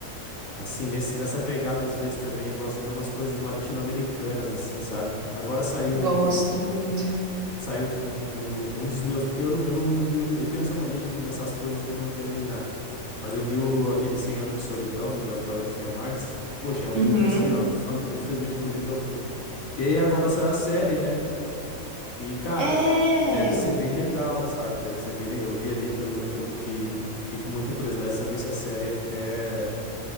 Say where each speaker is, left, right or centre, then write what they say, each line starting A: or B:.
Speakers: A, on the left; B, on the right.
A: Assim, nesse, nessa pegada, às vezes também eu gosto de ver umas coisas latino-americanas, assim, sabe? Agora saiu
B: Gosto
A: um,
B: muito.
A: Saiu um, um, do- um dos meus. Eu, não- eu não li o. li- Eu tenho essa mania de começar as coisas e não terminar. <laughs> Mas eu li o, aquele cem Anos de Solidão, do Gabriel Garcia Marques. E, poxa, é um
B: Uhum.
A: livro assim, ó. fan- Infelizmente eu não li até o fim. E aí agora saiu a série, né? E, cara,
B: É.
A: deve ser bem legal, sabe? Deve ser bem legal. Eu vi ali pelo, pelo que. Fiquei com muita curiosidade de saber se a série é, é-